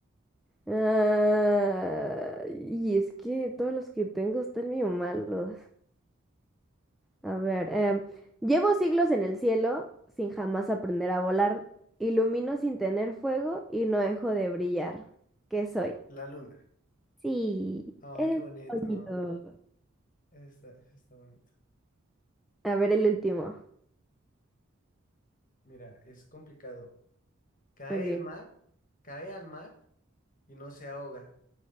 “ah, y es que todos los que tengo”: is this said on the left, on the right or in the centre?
Centre